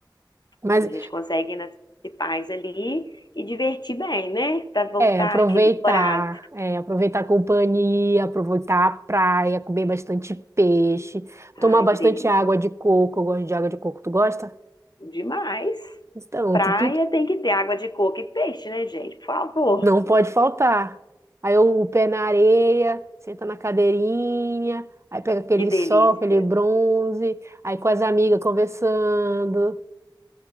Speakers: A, on the right (about 35°); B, on the left (about 65°).
A: Mas
B: Mas a gente consegue ir nas principais ali e divertir bem, né? Pra voltar
A: é aproveitar,
B: revigorado.
A: é, aproveitar a companhia, aproveitar a praia, comer bastante peixe, tomar
B: Ai,
A: bastante
B: que delícia.
A: água de coco. Eu gosto de água de coco. Tu gosta?
B: Demais.
A: Então,
B: Praia
A: tá tudo
B: tem que ter água de coco e peixe, né, gente? Por favor.
A: não pode faltar. Aí eu- o pé na areia, senta na cadeirinha, aí pega aquele
B: Que delícia.
A: sol, aquele bronze, aí com as amigas conversando.